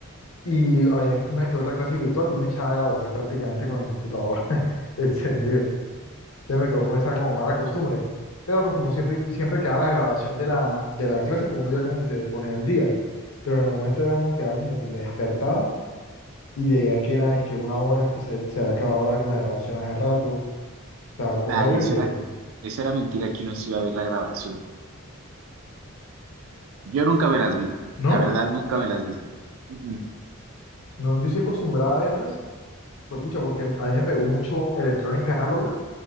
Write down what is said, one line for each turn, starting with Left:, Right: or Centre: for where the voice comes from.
Left: y había una que otra clase virtual y yo me echaba era a dormir prácticamente con el computador <laughs> encendido. Ya me quedó fue esa como mala costumbre. Pero pues como siempre, siempre quedaba la grabación de la, de la clase, pues uno ya como que se ponía al día. Pero en el momento era uno que quedaba como que me despertaba y veía que era, es que una hora que se, se había acabado la, la grabación hace rato, o sea, cosa
Right: Ay,
Left: horrible,
Right: eso era, eso era mentira que uno se iba a ver la grabación. Yo nunca me las vi,
Left: ¿no?
Right: la verdad nunca me las vi. Mm, mm.
Left: No, yo sí acostumbraba a verlas, pues pucha, porque a mí me pegó mucho electrónica análoga, o